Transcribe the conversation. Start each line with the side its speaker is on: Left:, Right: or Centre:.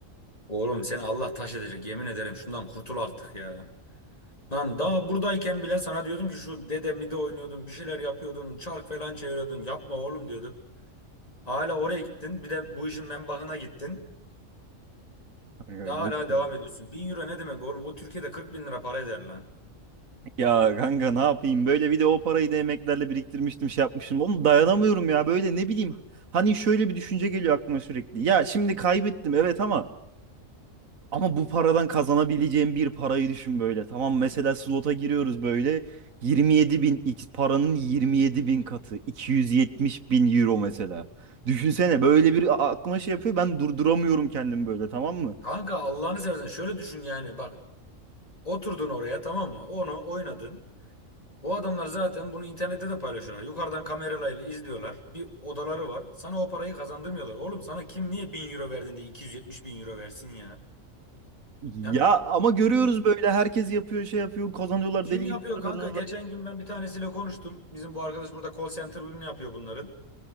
Left: Oğlum seni Allah taş edecek yemin ederim şundan kurtul artık ya. Lan daha buradayken bile sana diyordum ki şu dede mide oynuyordun bir şeyler yapıyordun çark falan çeviriyordun yapma oğlum diyordum. Hala oraya gittin bir de bu işin menbahına gittin.
Right: Kanka
Left: Daha
Right: yok
Left: hala
Right: ya.
Left: devam ediyorsun. Bin euro ne demek oğlum Bu Türkiye'de 40 bin lira para eder lan.
Right: Ya kanka ne yapayım böyle bir de o parayı da emeklerle biriktirmiştim şey yapmışım. Oğlum dayanamıyorum ya böyle ne bileyim. Hani şöyle bir düşünce geliyor aklıma sürekli. Ya şimdi kaybettim evet ama ama bu paradan kazanabileceğim bir parayı düşün böyle. Tamam mesela slota giriyoruz böyle 27 bin x paranın 27 bin katı 270 bin euro mesela. Düşünsene böyle bir a- aklıma şey yapıyor ben durduramıyorum kendimi böyle tamam mı?
Left: Kanka Allah'ını seversen şöyle düşün yani bak oturdun oraya tamam mı onu oynadın. O adamlar zaten bunu internette de paylaşıyorlar. Yukarıdan kameralarıyla izliyorlar. Bir odaları var. Sana o parayı kazandırmıyorlar. Oğlum sana kim niye 1000 euro verdin de iki yüz yetmiş bin euro versin ya?
Right: Ya
Left: Yani
Right: ama görüyoruz
Left: kim,
Right: böyle herkes yapıyor şey yapıyor kazanıyorlar
Left: kim
Right: deli
Left: yapıyor
Right: gibi para
Left: kanka?
Right: kazanıyorlar.
Left: Geçen gün ben bir tanesiyle konuştum. Bizim bu arkadaş burada call center'ını yapıyor bunların.